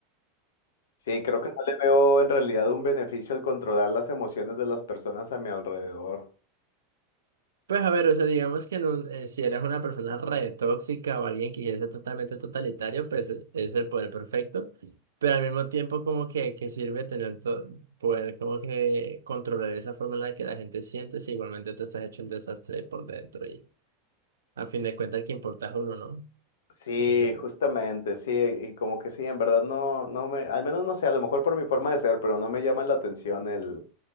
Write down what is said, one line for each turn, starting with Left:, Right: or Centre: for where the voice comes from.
Left: Sí, creo que no le veo en realidad un beneficio al controlar las emociones de las personas a mi alrededor.
Right: Pues a ver, o sea, digamos que en un- eh, si eres una persona re tóxica o alguien que quiere ser totalmente totalitario, pues e- es el poder perfecto, pero al mismo tiempo como que, que sirve tener to- poder como que controlar esa forma en la que la gente siente si igualmente te estás hecho un desastre por dentro y a fin de cuentas el que importa es uno, ¿no?
Left: Sí,
Right: Es como que, pues,
Left: justamente, sí, y como que sí, en verdad no, no me, al menos no sé, a lo mejor por mi forma de ser, pero no me llama la atención el,